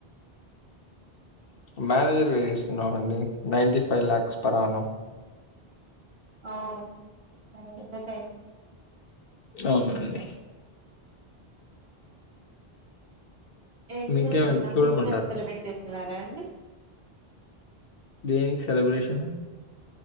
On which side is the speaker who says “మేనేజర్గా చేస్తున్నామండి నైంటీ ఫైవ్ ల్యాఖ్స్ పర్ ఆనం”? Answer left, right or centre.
Left